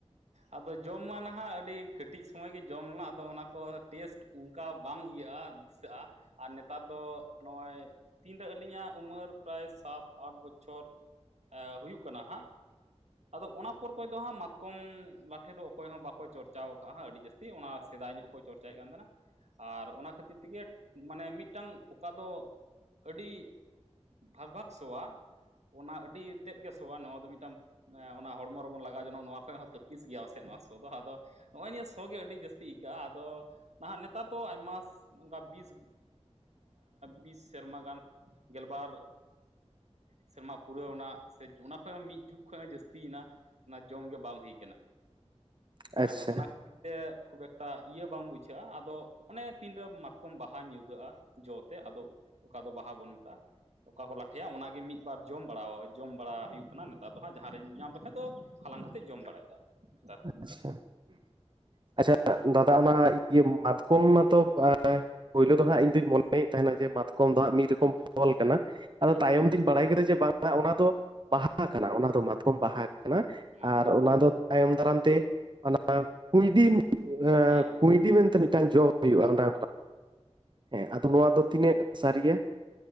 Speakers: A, on the right; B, on the right.
A: ᱟᱫᱚ ᱡᱚᱢ ᱢᱟ ᱱᱟᱦᱟᱜ ᱟᱹᱰᱤ ᱠᱟᱹᱴᱤᱡ ᱥᱚᱢᱚᱭ ᱜᱮ ᱡᱚᱢ ᱞᱮᱱᱟ ᱟᱫᱚ ᱚᱱᱟ ᱠᱚ ᱴᱮᱥᱴ ᱚᱱᱠᱟ ᱵᱟᱝ ᱤᱭᱟᱹᱜᱼᱟ ᱫᱤᱥᱟᱹᱜᱼᱟ ᱟᱨ ᱱᱮᱛᱟᱨ ᱫᱚ ᱱᱚᱜᱼᱚᱭ ᱛᱤᱱᱨᱮ ᱟᱹᱞᱤᱧᱟᱜ ᱩᱢᱮᱨ ᱯᱨᱟᱭ ᱥᱟᱛ ᱟᱴ ᱵᱚᱪᱷᱚᱨ ᱮ ᱦᱩᱭᱩᱜ ᱠᱟᱱᱟ ᱦᱟᱸᱜ ᱟᱫᱚ ᱚᱱᱟ ᱯᱚᱨ ᱠᱷᱚᱡ ᱫᱚ ᱦᱟᱸᱜ ᱢᱟᱛᱠᱚᱢ ᱞᱟᱴᱷᱮ ᱫᱚ ᱚᱠᱚᱭ ᱦᱚᱸ ᱵᱟᱠᱚ ᱪᱚᱨᱪᱟᱣ ᱟᱠᱟᱜᱼᱟ ᱾ ᱟᱹᱰᱤ ᱡᱟᱹᱥᱛᱤ ᱚᱱᱟ ᱥᱮᱫᱟᱭ ᱧᱚᱜ ᱠᱚ ᱪᱚᱨᱪᱟᱭᱮᱫ ᱠᱟᱱ ᱛᱟᱦᱮᱱᱟ ᱾ ᱟᱨ ᱚᱱᱟ ᱠᱷᱟᱹᱛᱤᱨ ᱛᱮᱜᱮ ᱢᱟᱱᱮ ᱢᱤᱫᱴᱟᱱ ᱚᱠᱟ ᱫᱚ ᱟᱹᱰᱤ ᱵᱷᱟᱜᱽ ᱵᱷᱟᱜᱽ ᱥᱚᱣᱟ ᱚᱱᱟ ᱟᱹᱰᱤ ᱛᱮᱫ ᱜᱮ ᱥᱚᱣᱟ ᱾ ᱱᱚᱣᱟ ᱫᱚ ᱢᱤᱫᱴᱟᱝ ᱚᱱᱟ ᱦᱚᱲᱢᱚ ᱨᱮᱵᱚᱱ ᱞᱟᱜᱟᱣ ᱡᱚᱱᱚᱜᱼᱟ ᱱᱚᱣᱟ ᱠᱷᱚᱡ ᱦᱚᱸ ᱛᱤᱥ ᱜᱮᱭᱟ ᱯᱟᱥᱮᱡ ᱱᱚᱣᱟ ᱥᱚ ᱫᱚ ᱾ ᱟᱫᱚ ᱱᱚᱜᱼᱚᱭ ᱱᱤᱭᱟᱹ ᱥᱳ ᱜᱮ ᱟᱹᱰᱤ ᱡᱟᱹᱥᱛᱤ ᱟᱹᱭᱠᱟᱹᱜᱼᱟ ᱾ ᱟᱫᱚ ᱱᱟᱦᱟᱜ ᱱᱮᱛᱟᱨ ᱫᱚ ᱟᱭᱢᱟ ᱚᱱᱠᱟ ᱵᱤᱥ ᱵᱤᱥ ᱥᱮᱨᱢᱟ ᱜᱟᱱ ᱜᱮᱞᱵᱟᱨ ᱥᱮᱨᱢᱟ ᱯᱩᱨᱟᱹᱣ ᱮᱱᱟ ᱥᱮ ᱚᱱᱟ ᱠᱷᱚᱡ ᱦᱚᱸ ᱢᱤᱫ ᱡᱩᱜᱽ ᱠᱷᱚᱡ ᱦᱚᱸ ᱡᱟᱹᱥᱛᱤᱭᱮᱱᱟ ᱚᱱᱟ ᱡᱚᱢ ᱜᱮ ᱵᱟᱝ ᱦᱩᱭ
B: ᱟᱪᱪᱷᱟ
A: ᱟᱫᱚ ᱚᱱᱟ ᱛᱮ ᱠᱷᱩᱵ ᱮᱠᱴᱟ ᱤᱭᱟᱹ ᱵᱟᱝ ᱵᱩᱡᱷᱟᱹᱜᱼᱟ ᱟᱫᱚ ᱚᱱᱮ ᱛᱤᱱ ᱨᱮ ᱢᱟᱛᱠᱚᱢ ᱵᱟᱦᱟ ᱧᱩᱨᱦᱟᱹᱜᱼᱟ ᱡᱚ ᱛᱮ ᱟᱫᱚ ᱚᱠᱟ ᱫᱚ ᱵᱟᱦᱟ ᱵᱚᱱ ᱢᱮᱛᱟᱜᱼᱟ ᱚᱠᱟ ᱠᱚ ᱞᱟᱴᱷᱮᱭᱟ ᱚᱱᱟ ᱜᱮ ᱢᱤᱫᱵᱟᱨ ᱡᱚᱢ ᱵᱟᱲᱟ ᱡᱚᱢ ᱵᱟᱲᱟ ᱦᱩᱭᱩᱜ ᱠᱟᱱᱟ ᱱᱮᱛᱟᱨ ᱫᱚ ᱦᱟᱸᱜ ᱡᱟᱦᱟᱸ ᱨᱤᱧ ᱧᱟᱢ ᱞᱮᱠᱷᱟᱡ ᱫᱚ ᱦᱟᱞᱟᱝ ᱠᱟᱛᱮᱜ ᱡᱚᱢ ᱵᱟᱲᱟᱭᱮᱫᱟ ᱱᱮᱛᱟᱨ ᱫᱚ
B: ᱟᱪᱪᱷᱟ ᱟᱪᱪᱷᱟ ᱫᱟᱫᱟ ᱚᱱᱟ ᱤᱭᱟᱹ ᱢᱟᱛᱠᱚᱢ ᱢᱟᱛᱚ ᱯᱳᱭᱞᱳ ᱫᱚ ᱦᱟᱸᱜ ᱤᱧᱫᱩᱧ ᱢᱚᱱᱮᱭᱮᱫ ᱛᱟᱦᱮᱸᱱᱟ ᱡᱮ ᱢᱟᱛᱠᱚᱢ ᱫᱟᱜ ᱢᱤᱫ ᱨᱚᱠᱚᱢ ᱯᱷᱚᱞ ᱠᱟᱱᱟ ᱟᱫᱚ
A: ᱦᱩᱸ
B: ᱛᱟᱭᱚᱢ ᱛᱤᱧ ᱵᱟᱲᱟᱭ ᱠᱮᱫᱟ ᱡᱮ ᱵᱟᱝ ᱚᱱᱟ ᱫᱚ ᱵᱟᱦᱟ ᱠᱟᱱᱟ ᱚᱱᱟ ᱫᱚ ᱢᱟᱛᱠᱚᱢ ᱵᱟᱦᱟ ᱠᱟᱱᱟ
A: ᱢᱟᱛᱠᱚᱢ
B: ᱟᱨ
A: ᱵᱟᱦᱟ
B: ᱚᱱᱟ ᱫᱚ ᱛᱟᱭᱚᱢ ᱫᱟᱨᱟᱢ ᱛᱮ ᱚᱱᱟ ᱠᱩᱭᱰᱤ
A: ᱦᱮᱸ
B: ᱠᱩᱭ ᱰᱤ ᱢᱮᱱᱛᱮ ᱢᱤᱫᱴᱟᱝ ᱡᱚ ᱦᱩᱭᱩᱜᱼᱟ ᱚᱱᱟ ᱦᱮᱸ ᱟᱫᱚ ᱱᱚᱣᱟ ᱫᱚ ᱛᱤᱱᱟᱹᱜ ᱥᱟᱹᱨᱤᱭᱟ